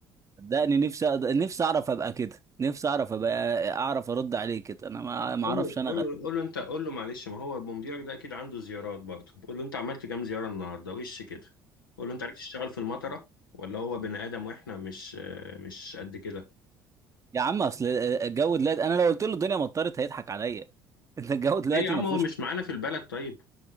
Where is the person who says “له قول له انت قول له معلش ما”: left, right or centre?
Left